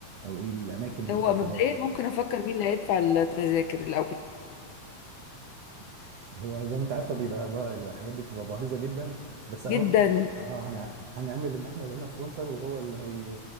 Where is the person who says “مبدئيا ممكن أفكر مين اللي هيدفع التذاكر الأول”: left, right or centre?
Left